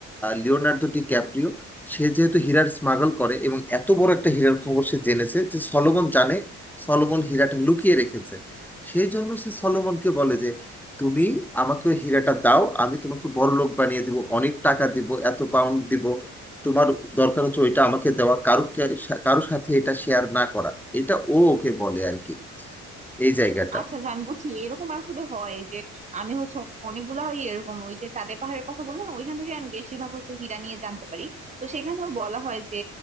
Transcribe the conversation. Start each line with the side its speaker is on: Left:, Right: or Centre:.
Centre: লিওনার্দো ডি ক্যাপ্রিও সে যেহেতু হীরার স্মাগল করে এবং এত বড় একটা হীরার খবর সে জেনেছে যে সলোমন জানে সলোমন হীরাটা লুকিয়ে রেখেছে সেই জন্য সে সলোমনকে বলে যে তুমি আমাকে ওই হীরাটা দাও আমি তোমাকে বড়লোক বানিয়ে দিব অনেক টাকা দিব এত পাউন্ড দিব তোমার দরকার হচ্ছে ওইটা আমাকে দেওয়া কারো কারোর সাথে এটা শেয়ার না করা এটা ও ওকে বলে আর কি এই জায়গাটা
Right: আচ্ছা আচ্ছা আমি বুঝছি এরকম আসলে হয় যে আমি হচ্ছে অনেকগুলা ওই এরকম ওই যে চাঁদের পাহাড়ের কথা বললাম না, ওইখান থেকে আমি বেশিরভাগ হচ্ছে হীরা নিয়ে জানতে পারি তো সেখানেও বলা হয় যে